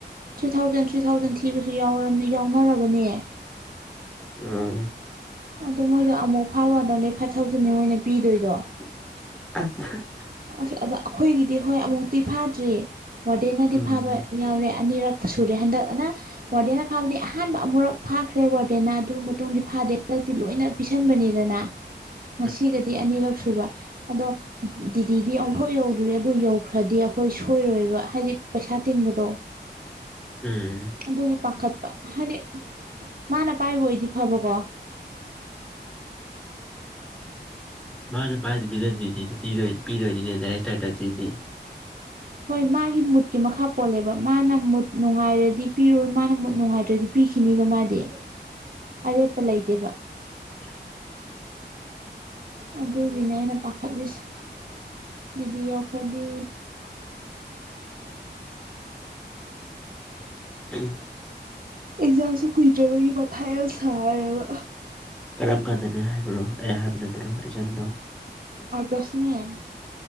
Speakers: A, on the right; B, in the centre.
A: ꯊ꯭ꯔꯤ ꯊꯥꯎꯖꯟ ꯊ꯭ꯔꯤ ꯊꯥꯎꯖꯟ ꯊꯤꯕꯁꯨ ꯌꯥ ꯌꯥꯎꯅꯔꯕꯅꯦ
B: ꯎꯝ
A: ꯑꯗꯣ ꯃꯣꯏꯗꯣ ꯑꯃꯨꯛ ꯐꯥꯕ ꯃꯇꯝꯗꯥꯗꯤ ꯐꯥꯏꯚ ꯊꯥꯎꯖꯟꯗꯤ ꯃꯣꯏꯅ ꯄꯤꯗꯣꯏꯗꯣ
B: <unintelligible>
A: ꯑꯁ ꯑꯗ ꯑꯩꯈꯣꯏꯒꯤꯗꯤ ꯍꯣꯏ ꯑꯃꯨꯛꯇꯤ ꯐꯥꯗ꯭ꯔꯤꯌꯦ ꯃꯣꯗꯦꯟꯅꯗꯤ
B: ꯎꯝ
A: ꯐꯥꯕ ꯌꯥꯎꯔꯦ ꯑꯅꯤꯔꯛꯇ ꯁꯨꯔꯦ ꯍꯟꯗꯛ ꯑꯅ ꯋꯥꯔꯗꯦꯟꯅ ꯐꯥꯕꯗꯤ ꯑꯍꯥꯟꯕ ꯑꯃꯨꯔꯛ ꯐꯥꯈ꯭ꯔꯦ ꯋꯥꯔꯗꯦꯟꯅ ꯑꯗꯨ ꯃꯇꯨꯡꯗꯤ ꯐꯥꯗꯦ ꯍꯟꯗꯛꯇꯤ ꯂꯣꯏꯅ ꯄꯤꯁꯟꯕꯅꯤꯗꯅ
B: <inaudible>
A: ꯉꯁꯤꯒꯗꯤ ꯑꯅꯤꯔꯛ ꯁꯨꯕ ꯑꯗꯣ ꯇꯤꯗꯤ ꯑꯃꯨꯐꯥꯎ ꯌꯧꯗ꯭ꯔꯤ ꯑꯗꯨ ꯌꯧꯈ꯭ꯔꯗꯤ ꯑꯩꯈꯣꯏ ꯁꯣꯏꯔꯣꯏꯕ ꯍꯥꯏꯗꯤ ꯄꯩꯁꯥ ꯇꯤꯟꯕꯗꯣ
B: ꯎꯝ
A: ꯑꯗꯨꯒꯤ ꯄꯥꯈꯠꯄ ꯍꯥꯏꯗꯤ ꯃꯥꯅ ꯄꯥꯏꯕ ꯑꯣꯏꯗꯤ ꯐꯕꯀꯣ
B: ꯃꯥꯅ ꯄꯖꯗꯤꯤꯔ ꯄꯤꯔꯣꯏꯅꯤꯗꯥꯔꯦ ꯆꯥꯔꯗꯤꯅꯤ
A: ꯍꯣꯏ ꯃꯥꯒꯤ ꯃꯨꯠꯀꯤ ꯃꯈꯥ ꯄꯣꯜꯂꯦꯕ ꯃꯥꯅ ꯃꯨꯠ ꯅꯨꯡꯉꯥꯏꯔꯗꯤ ꯄꯤꯔꯣꯏ ꯃꯥꯅ ꯃꯨꯠ ꯅꯨꯡꯉꯥꯏꯗ꯭ꯔꯗꯤ ꯄꯤꯈꯤꯅꯤꯕ ꯃꯥꯗꯤ ꯑꯔꯦꯞꯄ ꯂꯩꯇꯦꯕ
B: <inaudible>
A: ꯑꯗꯨꯒꯤꯅꯦ ꯑꯩꯅ ꯄꯥꯈꯠꯂꯤꯁꯦ ꯗꯤꯗꯤ ꯌꯧꯈ꯭ꯔꯗꯤ
B: ꯎꯝ
A: ꯑꯦꯛꯖꯥꯝꯁꯨ ꯀꯨꯏꯗ꯭ꯔꯕꯒꯤ ꯃꯊꯥꯏ ꯌꯥꯝ ꯁꯥꯔꯦꯕ
B: ꯀꯔꯝ ꯀꯥꯟꯗꯅꯦ ꯍꯥꯏꯕ꯭ꯔꯣ ꯑꯩ ꯍꯥꯏꯕꯗꯨꯠꯇꯅꯣ ꯑꯦꯖꯦꯟꯗꯣ
A: ꯑꯒꯁꯅꯤ